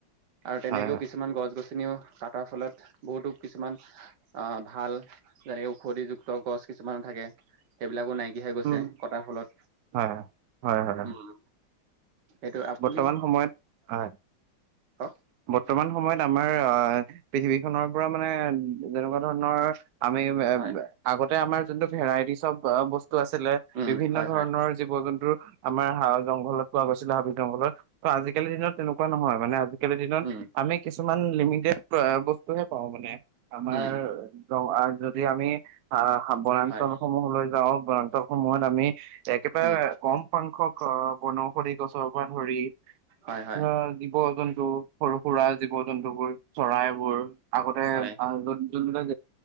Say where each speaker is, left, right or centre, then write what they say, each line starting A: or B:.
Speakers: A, on the right; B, on the right.
A: আৰু তেনেকেও
B: হয় হয়
A: কিছুমান গছ-গছ নিও, কাটাৰ ফলত বহুতো কিছুমান অ' ভাল যেনেকে ঔষধিযুক্ত গছ কিছুমান থাকে, সেইবিলাকো নাই। হে গৈছে
B: উম
A: কটাৰ ফলত।
B: হয় হয় হয় হয়
A: উম,
B: হয়
A: সেইটো আপুনি
B: বৰ্তমান সময়ত হয়।
A: কওক
B: বৰ্তমান সময়ত আমাৰ আহ, পৃথিৱীখনৰ পৰা মানে যেনেকুৱা ধৰণৰ, আমি
A: হয়
B: আগতে আমাৰ যোনটো ভেৰাইটিচ বস্তু, টো আছিলে
A: উম
B: বিভিন্ন
A: হয়
B: ধৰণৰ
A: হয়
B: জীৱ-জন্তুৰ, আমাৰ হা জংঘলত পোৱা গৈছিলে হাবি জংঘলত ত আজিকালি দিনত তেনেকুৱা নহয় মানে আজি আজি কালি দিনত
A: উম
B: আমি কিছ কিছুমান লিমিটেড বস্তুহে পাওঁ মানে। আমাৰ
A: উম
B: গা যদি আমি আ বনাঞ্চল
A: হয়
B: সমূহলৈ যাওক বনাঞ্চল সমূহত আমি একেবাৰে
A: উম
B: কম সংখ্যক অ' <unintelligible> <unintelligible> ধৰি
A: হয় হয়
B: অ' জীৱ জন্তু টো সৰু সুৰা জীৱ জন্তু বোৰ চৰাইবোৰ আগতে
A: হয়
B: অ' য'ত যোন বিলাক